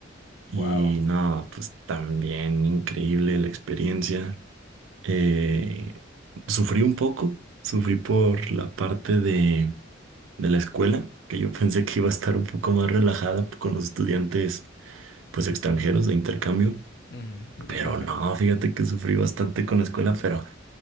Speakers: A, on the right (about 80°); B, on the left (about 60°).
A: Y
B: Wow.
A: no, pues también increíble la experiencia. Eh, sufrí un poco, sufrí por la parte de, de la escuela, que yo <laughs> pensé que iba a estar un poco más relajada con los estudiantes pues
B: Ujú.
A: extranjeros de intercambio,
B: Ujú.
A: pero
B: <laughs>
A: no, fíjate que sufrí bastante con la escuela, pero